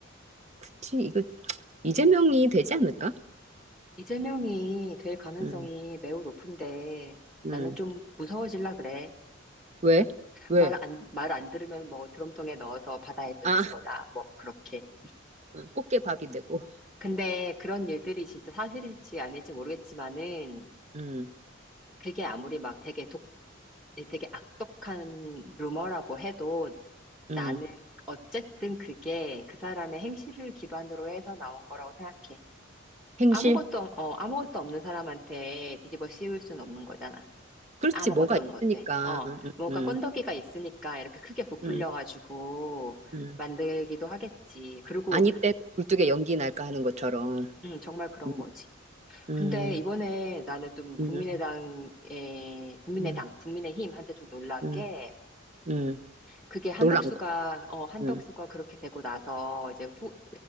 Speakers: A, on the right; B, in the centre.
A: 그치. 이거 이재명이 되지 않을까?
B: 이재명이 될 가능성이
A: 응,
B: 매우 높은데
A: 응.
B: 나는 좀 무서워질라 그래.
A: 왜? 왜?
B: 말 안, 말 안 들으면 뭐 드럼통에 넣어서 바다에 던지거나
A: 아,
B: 뭐 그렇게.
A: 음, 꽃게 밥이 되고.
B: 근데 그런 일들이 진짜 사실일지 아닐지 모르겠지만은
A: 응,
B: 그게 아무리 막 되게 독, 되게 악독한 루머라고 해도
A: 응.
B: 나는 어쨌든 그게 그 사람의 행실을 기반으로 해서 나온 거라고 생각해.
A: 행실?
B: 아무것도, 어, 아무것도 없는 사람한테 뒤집어 씌울 수는 없는 거잖아.
A: 그렇지.
B: 아무것도
A: 뭐가
B: 없는 것
A: 있으니까.
B: 같아. 어,
A: 응,
B: 뭐가
A: 응,
B: 건더기가 있으니까 이렇게 크게 부풀려가지고
A: 응. 응.
B: 만들기도 하겠지. 그리고,
A: 아니 때 굴뚝에 연기 날까 하는 것처럼.
B: 음, 정말 그런
A: 음,
B: 거지.
A: 음,
B: 근데 이번에 나는 좀 국민의당에,
A: 음,
B: 국민의당,
A: 음,
B: 국민의힘한테 좀 놀란
A: 음,
B: 게
A: 음.
B: 그게 한덕수가,
A: 놀란 거.
B: 어, 한덕수가
A: 음,
B: 그렇게 되고 나서 이제 후,